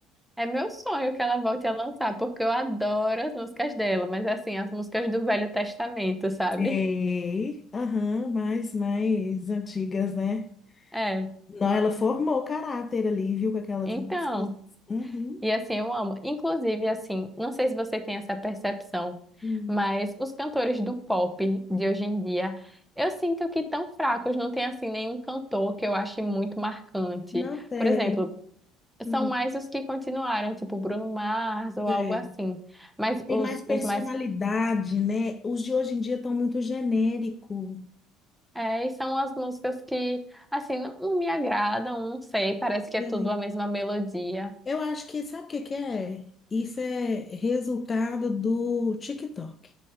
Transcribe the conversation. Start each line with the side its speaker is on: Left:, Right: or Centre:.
Centre: É meu sonho que ela volte a lançar, porque eu adoro as músicas dela, mas assim, as músicas do Velho Testamento, sabe?
Left: Sei. Aham, mais, mais antigas, né?
Centre: É.
Left: Não, ela formou o caráter ali, viu, com aquelas
Centre: Então,
Left: músicas. Uhum.
Centre: E assim, eu amo. Inclusive, assim, não sei se você tem essa percepção,
Left: Hum.
Centre: mas os cantores do pop de hoje em dia, eu sinto que tão fracos, não tem assim nenhum cantor que eu ache muito marcante.
Left: Não tem.
Centre: Por exemplo,
Left: Não
Centre: são mais os que continuaram, tipo Bruno Mars ou
Left: tem.
Centre: algo assim. Mas
Left: Que Tem
Centre: os,
Left: mais personalidade,
Centre: os mais.
Left: né? Os de hoje em dia estão muito genérico.
Centre: É, e são as músicas que, assim, não, não me agradam, não sei, parece que
Left: Tem.
Centre: é tudo a mesma melodia.
Left: Eu acho que, sabe o que que é? Isso é resultado do TikTok.